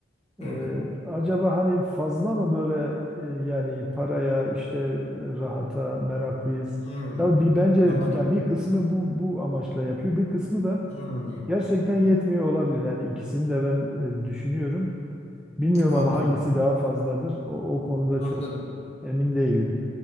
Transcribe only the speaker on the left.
Hmm,
hmm,
anladım.
Hmm,
anladım.
Anladım.